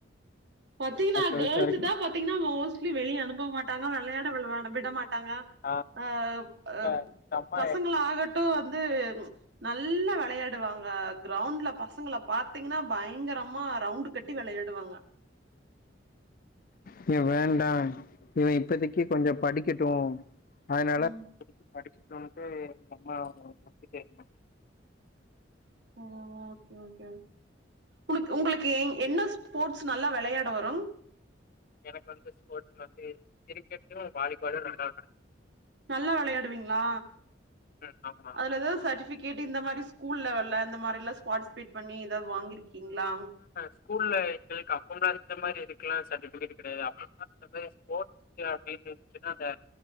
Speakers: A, on the right (about 65°); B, on the left (about 50°).
A: பத்தீங்ன்னா
B: டுவெல்த்
A: கேர்ள்ஸ்
B: வரைக்கு
A: தா பாத்தீங்கன்னா மோஸ்ட்லி வெளியே அனுப்ப மாட்டாங்க வெ‌ளையாட விட மாட்டாங்க
B: ஆ
A: அ
B: எங்க
A: அப்
B: அம்மா
A: பசங்களாக ட்டு வந்து நல்லா வெளையாடுவாங்க கிரௌண்ட்ல பசங்கள பாத் தீங்கனா பயங்கரமா ரவுண்டு கட்டி வெளயாடுவாங்க
B: நீ வேண்டா இவே இப்பதிக்கு கொஞ்சோ படிக்கட்டு அதனால
A: ம்
B: இப்ப தக்கி படிச்சிட்டுன்ட்டு அம்மா <inaudible>
A: ஓ ஓகே ஓகே ஓகே உனக் உங்களுக்கு என்ன ஸ்போட் ஸ் நல்லா வெளையாட வரும்
B: எனக்கு வந்து ஸ்போர்ட்ஸ்ல வந்து கிரிக்கெட்டு வாலிபாலு நல்லா வெள
A: நல்லா வெளயாடுவீங்களா
B: ம் ஆமா
A: அதுல ஏதாவ்து சட்டிஃபி கேட்டு இந்த மாரி ஸ்கூல் லெவல்ல அந்த மாரிலா பார்ட்சிபேட் பண்ணி எதாவது வாங்கிருக்கீங்ளா
B: ஸ்கூல்ல எங்களுக்கு அப்பல்லா இந்த மாரி இதுக்கலா சர்டிபிகேட் கெடையாது அப்பல்லா இந்த மாரி ஸ்போர்ட்ஸ் இங்கதா பிரைஸு இல்லனா அந்த